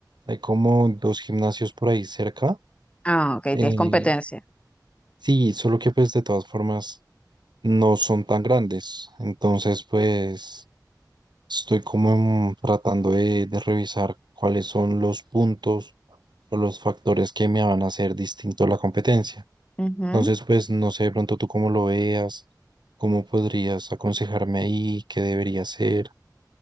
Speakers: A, on the right; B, on the left.
A: hay como dos gimnasios por ahí cerca.
B: Ah, ok,
A: Eh,
B: tienes competencia.
A: sí, solo que pues de todas formas no son tan grandes. Entonces pues estoy como en- tratando de, de revisar cuáles son los puntos o los factores que me van a hacer distinto a la competencia.
B: Ujú.
A: Entonces pues no sé de pronto tú cómo lo veas, cómo podrías aconsejarme ahí, qué debería hacer.